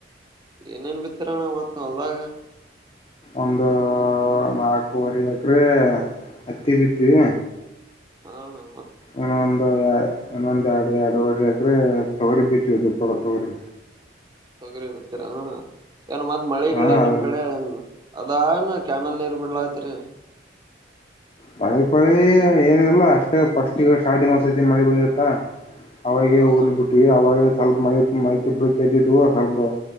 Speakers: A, on the right; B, on the left.
A: ಏನೇನ್ ಬಿತ್ತರಣ ಮತ್ತ ಹೊಲ್ದಾಗ
B: ಒಂದು ನಾಲ್ಕುವರೆ ಎಕ್ರೆ ಹತ್ತಿ ಬಿತ್ತಿವಿ
A: ಹನ
B: ಇನು ಒಂದು ಇನ್ನೊಂದ್ ಎರಡು ಎರಡವರೆ ಎಕ್ರೆ ತೊಗರಿ ಬಿತ್ತೀವಿ ತೊಗರಿ
A: ತೊಗರಿ ಬಿಟ್ಟಿರಿಣ ಏನ್ ಮತ್ತ ಮಳೆಗಿಳಿ
B: ಹಾ
A: ನಿಮ್ ಕಡೆ ಅದನ ಕ್ಯಾನಲ್ ನೀರ್ ಬಿಡ್ಲಐತ್ರಿ
B: ಮಳೆ ಪಳಿ ಏನಿರಲ್ಲ ಅಷ್ಟೇ ಫಸ್ಟ್ಗ ಸ್ಟಾರ್ಟಿಂಗ್ ಒಸತಿ ಮಳೆ ಬಂದಿರ್ತ ಅವಾಗ
A: ಹೌದಣ್ಣ
B: ಊರಿಗೆ ಬಿಟ್ಟವಿ ಅವಾಗ ಸ್ವಲ್ಪ ಮಳೆ ಮಲಕ್ಕೆ ಬಿಟ್ಟಿತ್ತು ಸ್ವಲ್ಪ